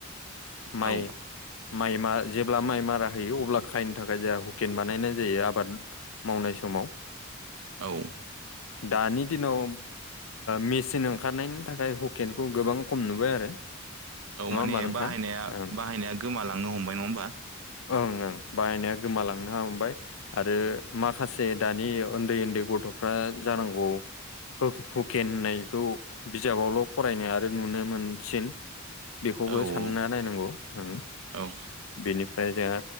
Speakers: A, on the left (about 70°); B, on the right (about 70°).
A: माइ
B: औ
A: माइ मा जेब्ला माइ मारा होयो अब्ला खायनो थाखाय जोंहा हुकेन बानायनाय जायो आबाद मावनाय समाव
B: औ
A: दानि दिनाव मेचन ओंखारनायनि थाखाय हुकेनखौ गोबां खम नुबाय आरो
B: औ
A: नङा
B: माने
A: होमबा नोंथां
B: बाहायनाया
A: ओं
B: बाहायनाया गोमालांनो हमबाय नङा होमबा
A: ओं ओं बायनाया गोमालांनो हबाय आरो माखासे जे दानि उन्दै उन्दै गथ'फ्रा जानांगौ हुकेन होननायखौ बिजाबावल' फरायनाय आरो नुनो मोनसिन बेखौबो
B: औ
A: सानना नायनांगौ ओं
B: औ
A: बेनिफ्राय जोंहा